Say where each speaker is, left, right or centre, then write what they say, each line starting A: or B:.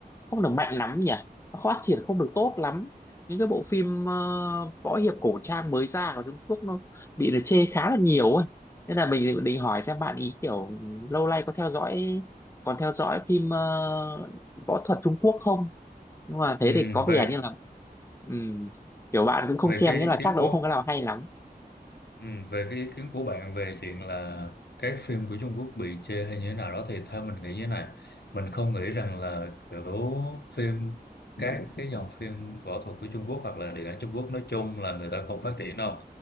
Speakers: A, on the left; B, on the left.
A: không được mạnh lắm nhỉ nó phát triển không được tốt lắm những cái bộ phim ờ, võ hiệp cổ trang mới ra của Trung Quốc nó bị là chê khá là nhiều ấy nên là mình định hỏi xem bạn ý kiểu lâu nay có theo dõi còn theo dõi phim ờ, võ thuật Trung Quốc không nhưng mà thế
B: Ừ,
A: thì có vẻ
B: về
A: như là ừm, kiểu bạn cũng không
B: về
A: xem
B: cái ý
A: nghĩa là
B: kiến
A: chắc
B: của
A: là cũng không có nào hay lắm
B: Ừ, về cái ý kiến của bạn về chuyện là các phim của Trung Quốc bị chê hay như thế nào đó thì theo mình nghĩ như thế này mình không nghĩ rằng là kiểu phim các cái dòng phim võ thuật của Trung Quốc hoặc là điện ảnh Trung Quốc nói chung là người ta không phát triển đâu